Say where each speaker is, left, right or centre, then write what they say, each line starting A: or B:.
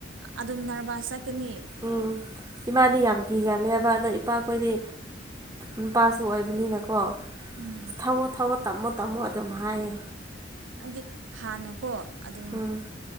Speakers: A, on the right; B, on the right.
A: ꯑꯗꯨꯝ ꯅꯔꯚꯁ ꯆꯠꯀꯅꯤ
B: ꯎꯝ ꯏꯃꯥꯗꯤ ꯌꯥꯝ ꯀꯤꯒꯜꯂꯦꯕ ꯑꯗꯣ ꯏꯄꯥꯈꯣꯏꯗꯤ ꯅꯨꯄꯥꯁꯨ ꯑꯣꯏꯕꯅꯤꯅꯀꯣ ꯑꯁ
A: ꯎꯝ
B: ꯊꯧꯋꯣ ꯊꯧꯋꯣ ꯇꯝꯃꯣ ꯇꯝꯃꯣ ꯑꯗꯨꯝ ꯍꯥꯏꯌꯦ
A: ꯍꯥꯏꯗꯤ ꯍꯥꯟꯅꯀꯣ ꯑꯗꯨ
B: ꯎꯝ